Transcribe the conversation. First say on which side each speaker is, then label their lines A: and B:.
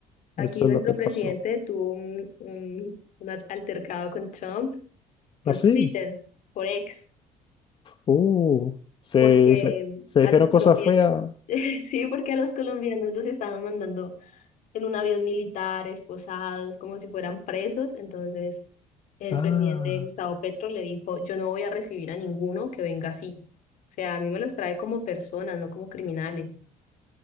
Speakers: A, on the left; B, on the left.
A: Aquí
B: Eso
A: nuestro
B: es lo que pasó.
A: presidente tuvo un, un, un altercado con Trump por
B: Así.
A: Twitter, por ex,
B: Uh, se,
A: porque
B: se, se
A: a
B: dijeron
A: los colombianos,
B: cosas feas.
A: <laughs> sí, porque a los colombianos los estaban mandando en un avión militar, esposados, como si fueran presos. Entonces, el
B: Ah,
A: presidente Gustavo Petro le dijo, yo no voy a recibir a ninguno que venga así. O sea, a mí me los trae como personas, no como criminales.